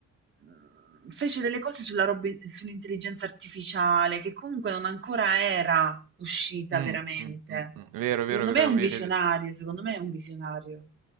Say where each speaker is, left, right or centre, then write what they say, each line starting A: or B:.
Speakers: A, on the right; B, on the right.
A: mhmm, fece delle cose sulla robe sull'intelligenza artificiale che comunque non ancora era uscita
B: Mm,
A: veramente.
B: mm, mm, mm. Vero,
A: Secondo
B: vero, vero,
A: me è un
B: vedi.
A: visionario, secondo me è un visionario.